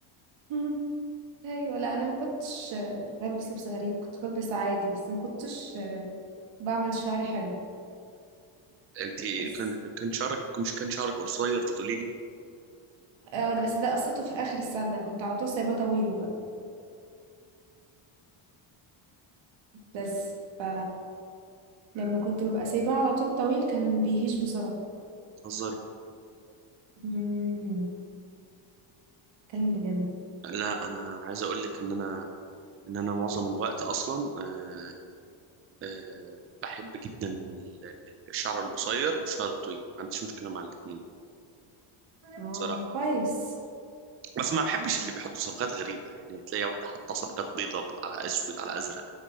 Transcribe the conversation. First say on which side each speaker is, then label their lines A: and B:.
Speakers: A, on the right; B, on the right.
A: <laughs> أيوة لا أنا ما كنتش بلبس لبس غريب كنت بلبس عادي بس ما كنتش بعمل شعري حلو
B: انت
A: بس
B: كان كان شعرك مش كان شعرك قصير بتقولي لي
A: اه ده بس ده قصته في اخر السنة كنت على طول سايباه طويل بقى بس ف لما كنت ببقى سايباه على طول طويل كان بيهيج بسرعة
B: بتهزري
A: مم، اتكلم بجد
B: لا انا عايز اقول لك ان انا ان انا معظم الوقت اصلا آه، أه بحب جدا ال- الشعر القصير والشعر الطويل ما عنديش مشكلة مع الاتنين
A: اه
B: بصراحة
A: كويس
B: بس ما بحبش اللي بيحطوا صبغات غريبة يعني تلاقي واحدة حاطة صبغات بيضة على أسود على أزرق